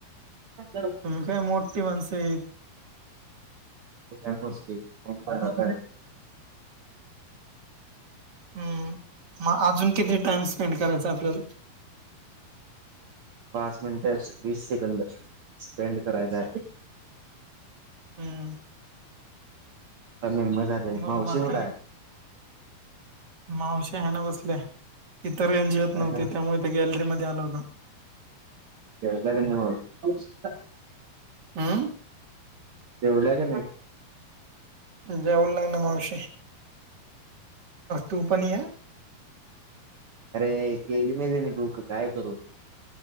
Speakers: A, on the right; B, on the right.
A: हजांर
B: तुम्ही काय मोठी माणसं आहेत.
A: कायं बसली पंप राधा आहे
B: हम्मं मंग अजूंन किती टाईम स्पेंड करायंचा आपल्यांला
A: पांच मिनिटे वीस सेकंद स्पेंड करायचा आहे
B: हम्मं
A: आज मुंबई जाते,
B: मग
A: मावशी
B: बाकी
A: कुठ हाय?
B: मावशी हाय नव्ह बसलीया, इचलकरं येत
A: काय
B: नव्हते
A: करायल्या
B: त्यामुळे ते गॅलरीमध्ये आलं होतो.
A: खेळता की नाही वर?
B: हम्म
A: जेवल्या का नाही?
B: जेवल्या ना मावशी, तू पण ये ह.
A: अरे केली नाही रे, बुक काय करू?